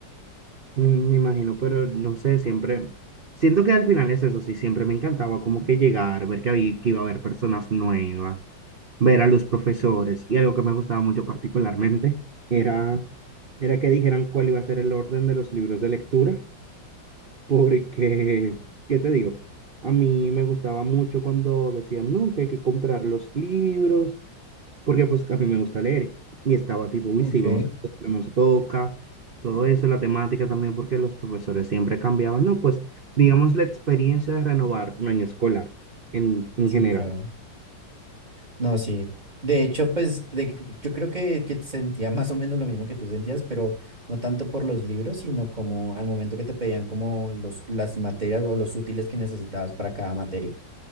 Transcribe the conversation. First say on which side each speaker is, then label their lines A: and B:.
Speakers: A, on the right; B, on the right.
A: Mm, Me imagino, pero no sé, siempre, siento que al final es eso, sí, siempre me encantaba como que llegar, ver que, había, que iba a haber personas nuevas, ver a los profesores. Y algo que me gustaba mucho particularmente era, era que dijeran cuál iba a ser el orden de los libros de lectura. Porque, ¿qué te digo? A mí me gustaba mucho cuando decían, no, que hay que comprar los libros, porque pues a mí me gusta leer. Y estaba tipo, uy,
B: Ok,
A: sí, vamos a ver qué nos toca, todo eso, la temática también, porque los profesores siempre cambiaban, ¿no? Pues, digamos, la experiencia de renovar un año escolar en, en
B: sí,
A: general,
B: claro. No, sí. De hecho, pues de que- yo creo que, que sentía más o menos lo mismo que tú sentías, pero no tanto por los libros, sino como al momento que te pedían como los, las materias o los útiles que necesitabas para cada materia.